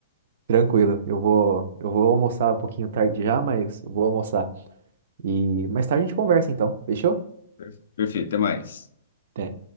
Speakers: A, on the right; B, on the left.
A: Tranquilo, eu vou, eu vou almoçar um pouquinho tarde já, mas eu vou almoçar. E mais tarde a gente conversa então, fechou?
B: Per- Perfeito, até mais.
A: Até.